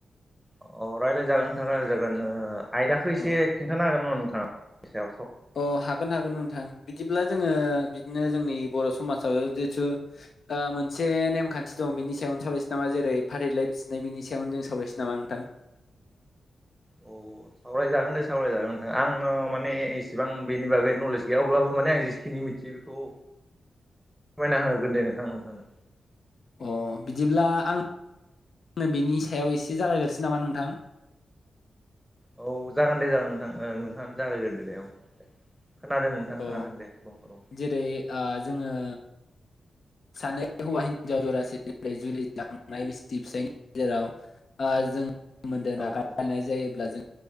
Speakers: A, in the centre; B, on the left (about 60°).
A: अ रायज्लायजागोन नोंथांा रायजायजागोन ओ आयदाखौ एसे
B: अ
A: खिन्थानो हागोन ना नोंथाङानि सायाव स
B: अ हागोन हागोन नोंथां बिदिब्ला जोङो बिदिनो जोंनि बर' समाजाव जिहेथु ओ मोनसे नेमखान्थि दं बिनि सायावनो सावरायसै नामा जेरै फारिलाइ बिसिनाय बिनि सायावनो जों सावरायसै नामा नोंथां?
A: अ सावरायजागोन दे सावरायजागोन नोंथां आंनो माने इसिबां बेनि बागै नलेज गैया अब्लाबो माने आं जिखिनि मिथियो बेखौ सममायना होगोन दे नोंथां नोंथांनो
B: अ बिदिब्ला आं आंनो बिनि सायाव एसे जागायग्रोसै नामा नोंथां
A: औ जागोन दे जागोन नोंथां ओ नोंथाङानो जागायग्रोदो दे औ दे खोनादों नोंथां
B: अ
A: खोनादों दे दङ र'
B: जेरै आ जोङो सानै हौवा हिनजाव जरासे निफ्राय जुलि जाखांनाय बि फिसायनि गेजेराव आ जों सोमोन्दो
A: औ
B: नागारनाय
A: औ ओ औ
B: जायोब्ला जों